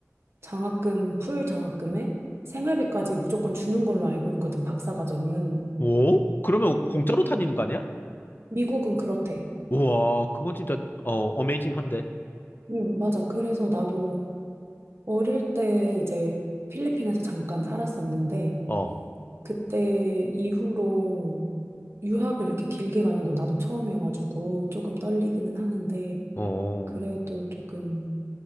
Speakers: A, on the right (about 55°); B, on the left (about 40°).
A: 장학금, 풀 장학금에 생활비까지 무조건 주는 걸로 알고 있거든, 박사 과정은.
B: 오? 그러면 공짜로 다니는 거 아니야?
A: 미국은 그렇대.
B: 우와, 그건 진짜, 어, 어메이징한데.
A: 응, 맞아. 그래서 나도 어릴 때 이제 필리핀에서 잠깐 살았었는데,
B: 어,
A: 그때 이후로 유학을 이렇게 길게 가는 건 나도 처음이어가지고 조금 떨리기는 하는데,
B: 어,
A: 그래도 조금